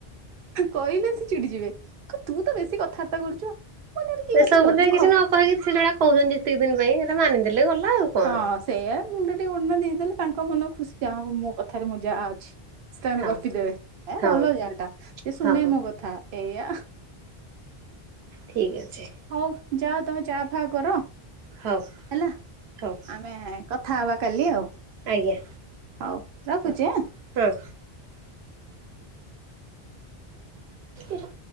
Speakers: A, on the right (about 65°); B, on the right (about 80°).
A: କହିଲେ ସିଏ ଚିଡି ଯିବେ। କ ତୁ ତ ବେଶୀ କଥାବାର୍ତ୍ତା କରୁଛୁ। ମନରେ କି
B: ସେସବୁରେ
A: କଥା ଯଦି
B: କିଛି
A: ଖ
B: ନ କହିକି ସେଯୋଉଡା କହୁଛନ୍ତି, ଯେତିକି ଦିନ ପାଇଁ ସେଟା ମାନିଦେଲେ ଗଲା। ଆଉ କଣ।
A: ହଁ ସେଇଆ, ମୁଣ୍ଡରେ ଟିକେ ଓଢଣା ଦେଇଦେଲେ, ତାଙ୍କ ମନ ଖୁସି ଯାହା ହଉ ମୋ କଥାରେ ମୋ ଯା ଅଛି। ସେ ତାଙ୍କର
B: ହଁ
A: ଗପି ଦେବେ। ଏ
B: ହଁ
A: ଭଲ ଯାଟା ସେ ଶୁଣେ
B: ହଁ
A: ମୋ କଥା ଏଇଆ।
B: ଠିକ୍ ଅଛି।
A: ହଉ ଯାଅ ତମେ ଚା ଫା କର।
B: ହଉ
A: ହେଲା
B: ହଉ
A: ଆମେ କ କଥା ହବା କାଲି। ଆଉ
B: ଆଜ୍ଞା
A: ହଉ ରଖୁଛି
B: ହଉ
A: ଆଁ।
B: ହଁ। ଏରା।